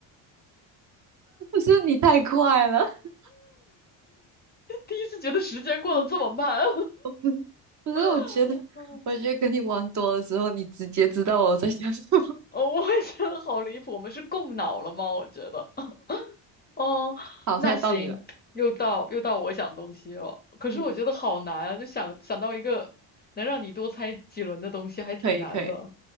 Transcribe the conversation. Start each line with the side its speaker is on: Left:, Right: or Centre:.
Right: <laughs> 不是你太快了？<laughs>
Left: 第一次觉得时间过得这么慢。
Right: 嗯，我不是不是，我觉得我觉得跟你玩多了之后，
Left: <laughs>
Right: 你直接知道我在想什么。
Left: 哦，我也觉得好离谱，我们是共脑了吗？我觉得，哦，
Right: <laughs> 好，
Left: 那行，
Right: 现在到你了。
Left: 又到又到我想东西了。可是我觉得好难啊，
Right: 嗯，
Left: 就想想到一个能让你多猜几轮的东西，还挺难的。
Right: 可以可以